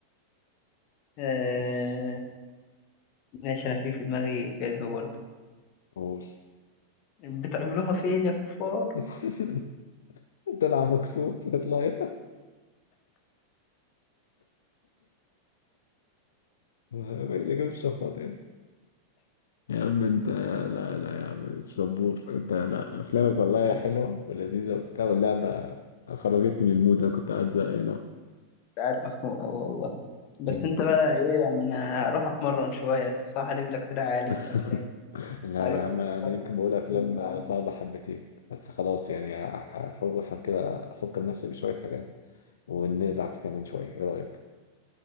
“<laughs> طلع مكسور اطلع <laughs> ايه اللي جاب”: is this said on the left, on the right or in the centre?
Left